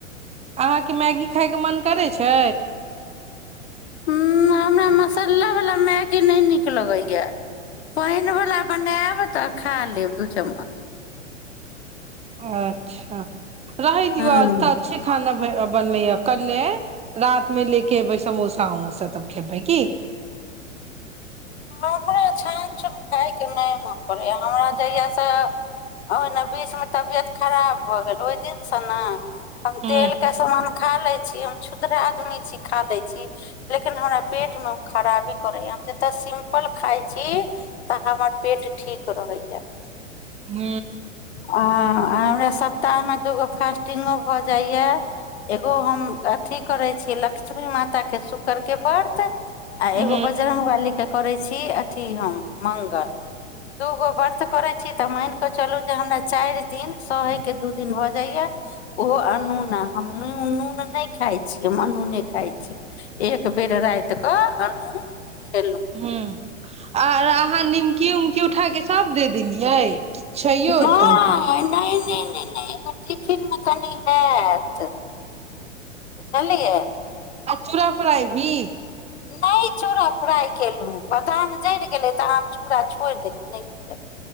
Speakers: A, on the right; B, on the left.
A: अहाँके मैगी खाइके मन करै छै
B: हूँ हमरा मसाला वलाा मैगी नहि नीक लगैया पानि वला बनायब तऽ खा लेब दू चम्मच
A: अच्छा रहै दियौ
B: हँ
A: आज तऽ छे खाना बे-बनलै या कल्हे रात मे ले के एबै समोसा अमोसा तब खबै की
B: हमरा छानछून खाइके नहि मोन पड़ैए हमरा जहियासँ ओहिना बीचमे तबियत खराब भऽ गेल ओहि दिनसँ न हम
A: ह
B: तेलके समान खा लैत छी हम छुद्र आदमी छी खा लैत छी लेकिन हमरा पेटमे ओ खराबी करै या हम जे तऽ सिम्पल खाइ छी तऽ हमर पेट ठीक रहैया
A: ह
B: आ-अ आ हमरा सप्ताहमे दूगो फास्टिंगो भऽ जाइया एगो हम अथि करै छी लक्ष्मी माताके शुक्रके व्रत आ
A: ह
B: एगो बजरंगबली के करै छी अथी हम मंगल दूगो वर्त करै छी तऽ मनि कऽ चलू जे हमरा चारि दिन सहैके दू दिन भऽ जाइया ओहो अनूना हम नून नून नहि खाइ छी हम अनूने खाइ छी एक बेर रातिकऽ अनून खेऽलूं
A: हूँ आर अहाँ निमकी उमकी उठा के सभ दे देलियै कि छैयो
B: नै नहि
A: तनिको
B: नहि नहि नहि एगो टिफिन मे कनि हाएत खैलियै
A: आचूरा फ्राइ भी
B: नहि चूरा फ्राई केलहुँ बादाम जरि गेलै तऽ हम चूड़ा छोड़ि देलियै नहि भूजलियै